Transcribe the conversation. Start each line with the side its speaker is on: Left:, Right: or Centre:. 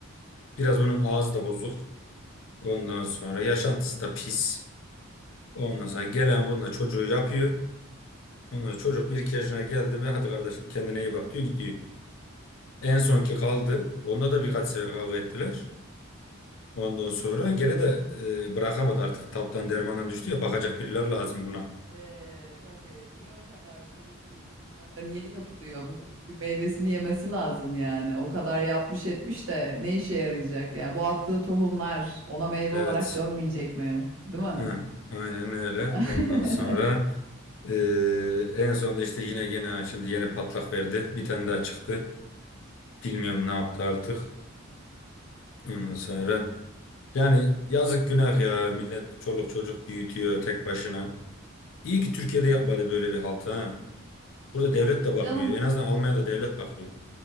Left: Biraz bunun ağzı da bozuk. Ondan sonra yaşantısı da pis. Ondan sonra gelen bununla çocuğu yapıyor. Ondan sonra çocuk bir iki yaşına geldi mi hadi kardeşim kendine iyi bak diyor gidiyor. En sonki
Right: <laughs>
Left: kaldı.
Right: Çok-
Left: Onunla da birkaç sefer kavga ettiler. Ondan sonra gene de e, bırakamadı artık. Taptan dermandan düştü ya bakacak biriler lazım buna.
Right: Ee, tabii. Niye o kadar çoluk çocuk bilmem ne niye yapılıyor? Bunun bir meyvesini yemesi lazım yani. O kadar yapmış etmiş de ne işe yarayacak ya? Bu attığı tohumlar ona meyve
Left: Evet.
Right: olarak dönmeyecek mi? Değil mi?
Left: Hı, aynen öyle.
Right: <laughs>
Left: Ondan sonra. Ee, en sonunda işte yine yine şimdi yeni patlak verdi. Bir tane daha çıktı. Bilmiyorum ne yaptı artık. Ondan sonra yani yazık günah ya. Millet çoluk çocuk büyütüyor tek başına. İyi ki Türkiye'de
Right: Bazı
Left: yapmadı böyle bir haltı ha. Burada
Right: Ya
Left: devlet
Right: tabii
Left: de bakmıyor.
Right: canım.
Left: En azından Almanya'da devlet bakıyor.